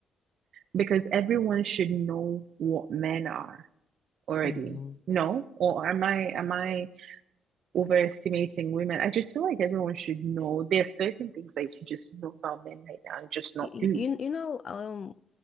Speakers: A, on the right; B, on the left.
A: because everyone should know what men are already.
B: Mhm.
A: No, or am I am I overestimating women. I just feel like everyone should know there's certain things that you should just know about men right now and just not
B: Y-
A: do.
B: You, you know, um,